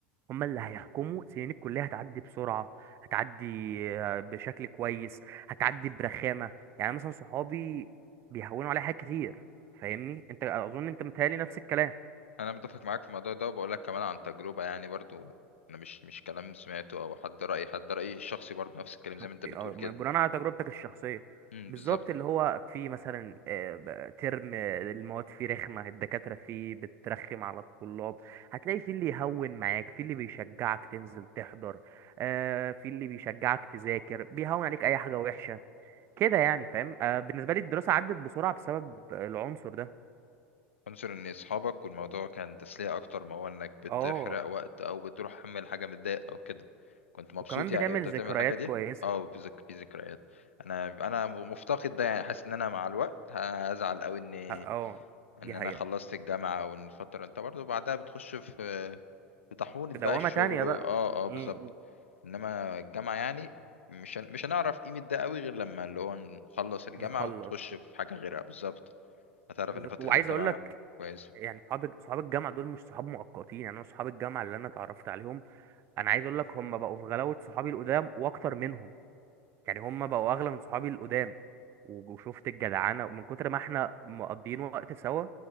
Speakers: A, on the right (about 40°); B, on the left (about 80°).
A: هما اللي هيحكموا سنين الكلية هتعدي بسرعة هتعدي آه، بشكل كويس هتعدي برخامة يعني مثلا صحابي بيهونوا عليا حاجات كتير فاهمني انت اظن انت متهيألي نفس الكلام
B: انا متفق معاك في الموضوع ده وبقول لك كمان عن تجربة يعني برضو انا مش مش كلام سمعته او حد رأي حد رأيي الشخصي برضو نفس الكلام
A: شخصي
B: زي ما انت بتقول
A: اه بناء
B: كده
A: على تجربتك الشخصية
B: امم
A: بالظبط
B: بالظبط
A: اللي هو في مثلا آه، ب- ترم آه، المواد فيه رخمة الدكاترة فيه بترخم على الطلاب هتلاقي في اللي يهون معاك في اللي بيشجعك تنزل تحضر آه، في اللي بيشجعك تذاكر بيهون عليك اي حاجة وحشة كده يعني فاهم آه بالنسبة لي الدراسة عدت بسرعة بسبب العنصر ده
B: عنصر ان اصحابك والموضوع كان تسلية اكتر ما هو انك بتحرق
A: اه
B: وقت او بتروح تعمل حاجة متضايق او كده كنت مبسوط
A: وكمان
B: يعني
A: بتعمل
B: وانت بتعمل
A: ذكريات
B: الحاجة دي
A: كويسة
B: اه في ذك... في ذكريات انا انا مفتقد ده يعني حاسس ان انا مع الوقت هزعل قوي ان
A: اه
B: ان
A: دي
B: انا
A: حقيقة
B: خلصت الجامعة او ان الفترة انت برضو بعدها بتخش في في طاحونة
A: كده
B: بقى
A: وما
B: الشغل
A: تانية
B: و...
A: بقى
B: اه اه بالظبط
A: امم
B: انما الجامعة يعني مش هن... مش هنعرف قيمة ده قوي غير لما اللي هو نخلص الجامعة
A: نخلص
B: وتخش في حاجة غيرها بالظبط هتعرف
A: بالظبط.
B: ان فترة
A: وعايز
B: الجامعة
A: اقول لك
B: كويسة
A: يعني صحاب صحاب الجامعة دول مش صحاب مؤقتين يعني انا صحاب الجامعة اللي انا اتعرفت عليهم انا عايز اقول لك هم بقوا في غلاوة صحابي القدام واكتر منهم يعني هم بقوا اغلى من صحابي القدام و- وشفت الجدعنه من كتر ما احنا مقضيين وقت سوا